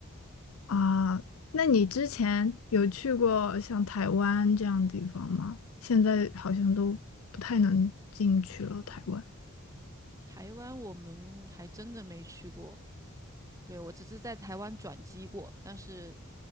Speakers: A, on the left; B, on the right.
A: 啊，那你之前有去过像台湾这样的地方吗？现在好像都不太能进去了，台湾。
B: 台湾我们还真的没去过，对，我只是在台湾转机过，但是